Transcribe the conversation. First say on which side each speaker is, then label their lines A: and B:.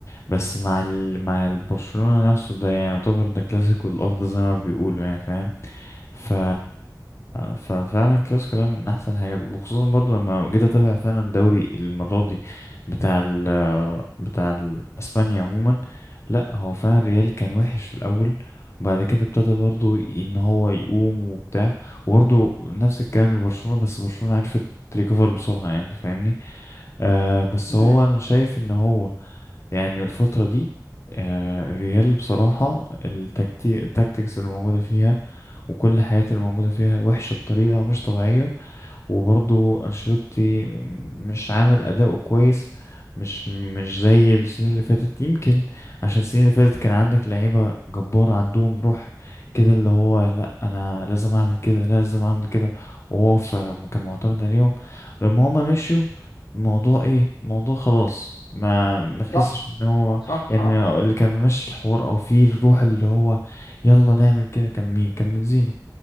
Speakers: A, on the left; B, on the left.
A: بس مع ال... مع البرشلونة نفسه ده يعني يعتبر ده كلاسيكو الأرض زي ما بيقولوا يعني فاهم ف... ففعلا الكلاسيكو ده من احسن الحاجات وخصوصا برضو لما جيت اتابع فعلا الدوري المره دي بتاع ال... بتاع ال- اسبانيا عموما لا هو فعلا ريال كان وحش في الاول وبعد كده ابتدى برضو ان هو يقوم وبتاع وبرضو نفس الكلام لبرشلونه بس برشلونه عرفت تريكفر بسرعه يعني فاهمني آه بس
B: مم.
A: هو انا شايف ان هو يعني الفتره دي آه الريال بصراحه التكتي... التكتيكس اللي موجوده فيها وكل الحاجات اللي موجودة فيها وحشة بطريقة مش طبيعية وبرضه أنشيلوتي مش عامل أداؤه كويس مش مش زي السنين اللي فاتت يمكن عشان السنين اللي فاتت كان عندك لعيبة جبارة عندهم روح كده اللي هو لأ أنا لازم أعمل كده لازم أعمل كده وهو ف- كان معتمد عليهم لما هما مشيوا الموضوع إيه الموضوع خلاص ما ما تحسش
B: صح
A: ان هو
B: صح
A: يعني
B: آه.
A: اللي كان ممشي الحوار او فيه الروح اللي هو يلا نعمل كده كان مين كان بنزيما